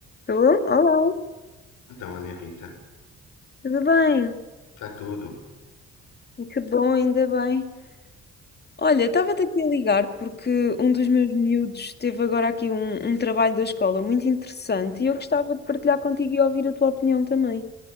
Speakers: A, on the left (about 35°); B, on the left (about 80°).
A: Tu? Olá,
B: Então, Ana Rita,
A: tudo bem?
B: está tudo.
A: Que bom, ainda bem. Olha, estava-te aqui a ligar porque um dos meus miúdos teve agora aqui um, um trabalho da escola muito interessante e eu gostava de partilhar contigo e ouvir a tua opinião também,